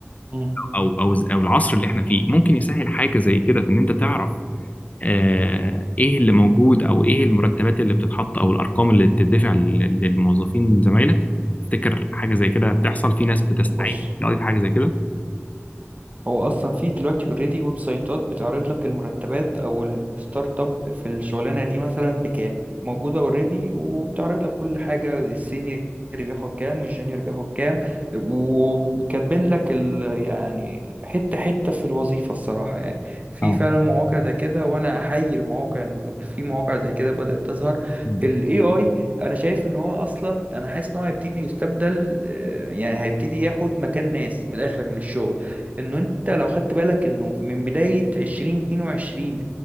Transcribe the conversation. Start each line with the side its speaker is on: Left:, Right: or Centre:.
Right: مم.
Left: او او او العصر اللي احنا فيه ممكن يسهل حاجه زي كده في ان انت تعرف آه ايه اللي موجود او ايه المرتبات اللي بتتحط او الارقام اللي بتدفع لل- للموظفين زمايلك تفتكر حاجه زي كده بتحصل في ناس بتستعين
Right: بص
Left: بتلاقي في حاجه زي كده
Right: هو اصلا في دلوقتي اوريدي ويب سايتات بتعرض لك المرتبات او الستارت اب في الشغلانه دي مثلا بكام موجوده اوريدي وبتعرض لك كل حاجه السينيور بياخد كام والجونيور بياخد كام وكاتبين لك ال يعني حته حته في الوظيفه الصراحه يعني في
Left: اه
Right: فعلا مواقع زي كده وانا احيي المواقع انه في مواقع زي كده بدات تظهر
Left: مم.
Right: الاي اي انا شايف ان هو اصلا انا حاسس ان هو هيبتدي يستبدل آه، يعني هيبتدي ياخد مكان ناس في الاخر من الشغل انه انت لو خدت بالك انه من بداية 2022